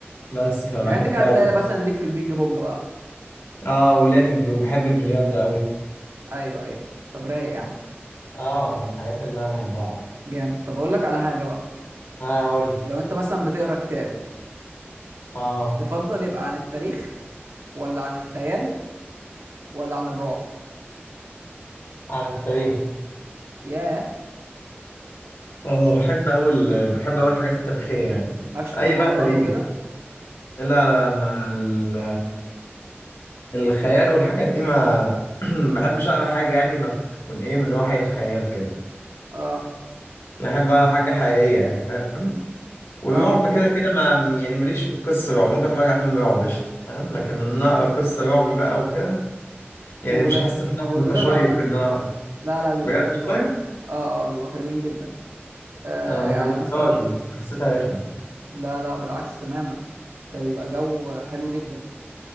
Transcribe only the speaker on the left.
بس فبحب
قوي
اه وليا في البي... وبحب البلياردو قوي
اه من الحاجات اللي انا بحبها
ها اقول
اه
عن التاريخ
اه بحب اول بحب اول الحاجات التاريخية يعني
اي
بقى تاريخ
لا لا لا ما ال... الخيال والحاجات دي ما <clears throat> ما بحبش اقرا حاجة يعني ما تكون ايه من وحي الخيال كده
يعني بحب اقرا حاجة حقيقية يعني فاهم ورعب
كده كده ما يعني ماليش في القصة رعب ممكن اتفرج على فيلم رعب قشطة فاهم لكن ان انا اقرا قصة رعب بقى وكده يعني
مش
هحس
ان انا متشيق
ان انا اقرا
بجد
والله
انا ما
جربتهاش
بس حسيتها رخمة